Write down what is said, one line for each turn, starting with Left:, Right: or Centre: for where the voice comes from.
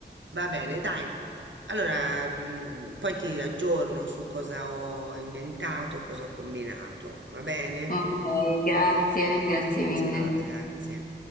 Right: Va bene, dai. Allora, mm, poi ti aggiorno su cosa ho inventato, cosa ho combinato. Va bene?
Left: Okay, grazie, grazie
Right: Beh,
Left: mille.
Right: ciao, grazie.